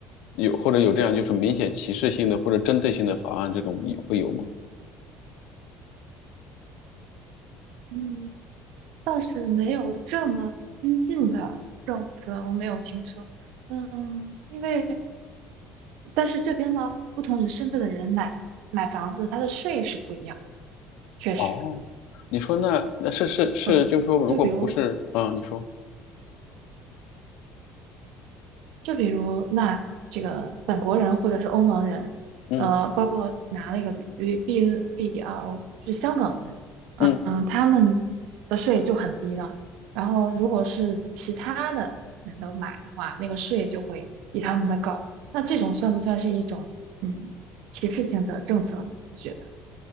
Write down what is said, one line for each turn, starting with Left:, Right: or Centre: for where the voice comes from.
Left: 有或者有这样就是明显歧视性的或者针对性的法案，这种也会有吗？
Right: 嗯，倒是没有这么激进的政策，我没有听说。嗯，因为但是这边呢，不同人身份的人买买房子，他的税是不一样，确实，
Left: 哦，你说那那是是是，
Right: 嗯，
Left: 就是说，如果不是，
Right: 就比如。
Left: 嗯，你说，
Right: 就比如那这个本国人或者是欧盟人，
Left: 嗯
Right: 呃，包括拿那个 B B B R O 是香港人，嗯嗯，
Left: 嗯，
Right: 他们的税就很低了。然后如果是其他的人都买的话，那个税就会比他们的高。那这种算不算是一种嗯歧视性的政策呢？你觉得？